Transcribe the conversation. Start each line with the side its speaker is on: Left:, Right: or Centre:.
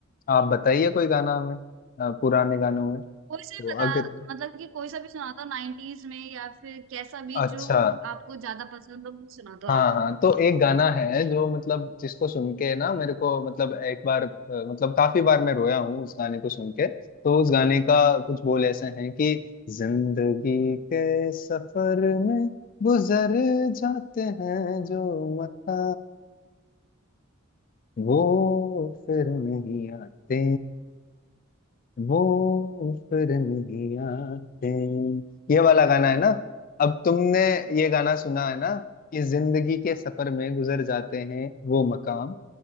Left: आप बताइए कोई गाना हमें अ, पुराने गानों में
Right: कोई
Left: तो
Right: से बता
Left: अगर
Right: मतलब कि कोई सा भी सुना दो नाइनटीज में या फिर कैसा भी
Left: अच्छा
Right: जो आपको ज्यादा पसंद हो वो सुना दो
Left: हाँ
Right: आप
Left: हाँ तो एक गाना
Right: हाँ
Left: है जो मतलब जिसको सुन के ना मेरे को मतलब एक बार अ, मतलब काफी बार मैं रोया हूँ उस गाने को सुन के तो उस गाने का कुछ बोल ऐसे हैं कि जिंदगी के सफर में गुजर जाते हैं जो मता वो फिर नहीं आते वो फिर नहीं आते ये वाला गाना है ना अब तुमने ये गाना सुना है ना कि जिंदगी के सफर में गुजर जाते हैं वो मकाम